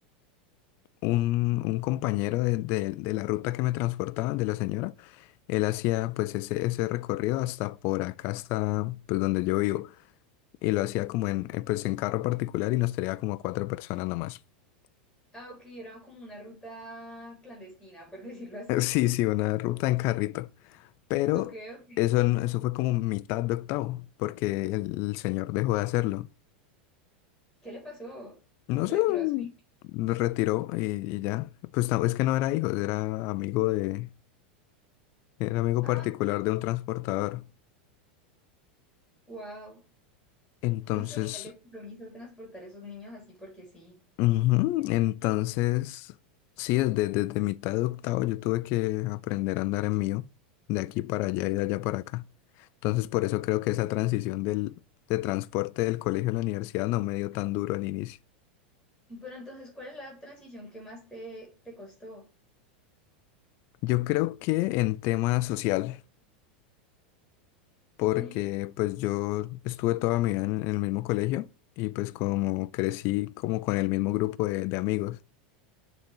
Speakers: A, on the left; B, in the centre.
A: un, un compañero de, de- de la ruta que me transportaba, de la señora, él hacía pues ese, ese recorrido hasta por acá, hasta pues donde yo vivo, y lo hacía como en, en, pues en carro particular y nos traía como a cuatro personas nomás. <laughs>
B: Ah, ok, era como una ruta clandestina, por <laughs> decirlo así.
A: Sí, sí, una ruta en carrito, pero
B: Ok, ok.
A: eso, no- eso fue como mitad de octavo, porque el, el señor dejó de hacerlo.
B: ¿Qué le pasó?
A: No
B: ¿Retiró
A: sé,
B: a su hijo?
A: nos retiró y, y ya. Pues no, es que no era hijo, era amigo de, era amigo
B: Ah,
A: particular
B: ok.
A: de un transportador.
B: Wow.
A: Entonces,
B: Mucho nivel de compromiso transportar esos niños así porque sí.
A: ujú, Entonces, sí, desde, desde mitad de octavo yo tuve que aprender a andar en mío, de aquí para allá y de allá para acá. Entonces, por eso creo que esa transición del, de transporte del colegio a la universidad no me dio tan duro al inicio.
B: Pero entonces, ¿cuál es la transición que más te, te costó?
A: Yo creo que en tema social, porque
B: Mm,
A: pues yo estuve toda mi vida en, en el mismo colegio y pues como crecí como con el mismo grupo de, de amigos.